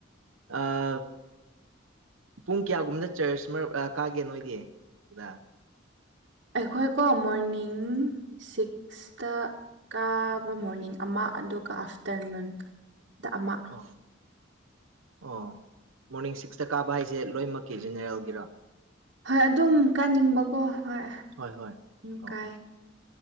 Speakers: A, on the right; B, on the right.
A: ꯑ ꯄꯨꯡ ꯀꯌꯥꯒꯨꯝꯕꯗ ꯆꯔꯆ ꯃꯔꯛ ꯀꯥꯒꯦ ꯅꯣꯏꯗꯤ ꯑꯗꯨꯗ
B: ꯑꯩꯈꯣꯏꯀꯣ ꯃꯣꯔꯅꯤꯡ ꯁꯤꯛꯁ ꯁꯇ ꯀꯥꯕ ꯃꯣꯔꯅꯤꯡ ꯑꯃ ꯑꯗꯨꯒ ꯑꯥꯐꯇꯔꯅꯨꯟ ꯗ ꯑꯃ
A: ꯑꯣ ꯑꯣ ꯃꯣꯔꯅꯤꯡ ꯁꯤꯛꯁꯇ ꯀꯥꯕ ꯍꯥꯏꯁꯦ ꯂꯣꯏꯅꯃꯛꯀꯤ ꯖꯦꯅꯦꯔꯦꯜꯒꯤꯔꯥ
B: ꯍꯣꯏ ꯑꯗꯨꯝ ꯀꯥꯅꯤꯡꯕꯀꯣ ꯍꯣꯏ ꯑꯗꯨꯝ
A: ꯍꯣꯏ ꯍꯣꯏ ꯑꯣ
B: ꯀꯥꯏ
A: ꯑꯣ